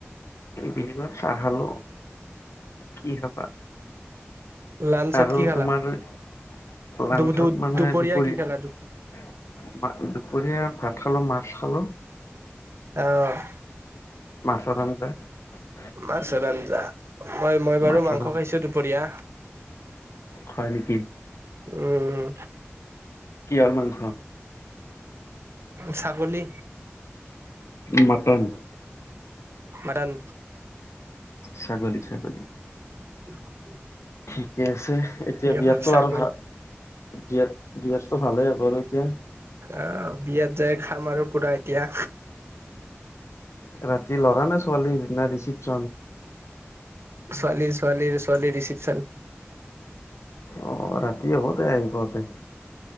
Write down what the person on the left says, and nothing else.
ইভিনিঙত চাহ খালো, কি খাবা।
আৰু
তোমাৰ লাঞ্চত
মানে,
দুপৰীয়া,
দুপৰীয়া। ভাত খালোঁ, মাছ খালোঁ,
মাছৰ ধান যায়।
মাছৰ
আঞ্জা
হয় নেকি।
কি অলমানমান খা,
মটন।
ছাগলী ছাগলী।
ঠিকে আছে এতিয়া বিয়াতটো
আৰু ভাল বিয়াত বিয়াতটো ভালেই হ'ব আৰু এতিয়া।
ৰাতি ল'ৰা নে ছোৱালীৰ নে ৰিচিপচন।
অ ৰাতি হ'ব দে আহি পাওঁতে।